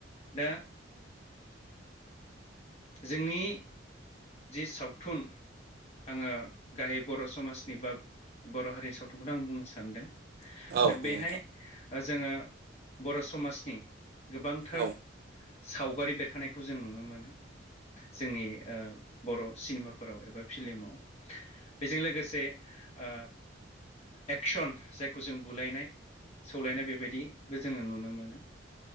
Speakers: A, on the left; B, on the right.
A: दा जोंनि जि सावथुन आङो। गाहाय बर' समाजनि बा बर' हारिनि सावथुनखौनो आं बुंनो सानदों
B: नंगौ
A: दा बेहाय।
B: नोंथां
A: जोङो बर' समाजनि गोबांथार
B: औ
A: सावगारि बेरखानायखौ जों नुनो मोनो। जोंनि बर' सिनेमाफोराव एबा फिलमाव बेजों लोगोसे ओ एक्सन जायखौ जों बुलायनाय सौलायनाय बेबायदि। बो जोङो नुनो मोनो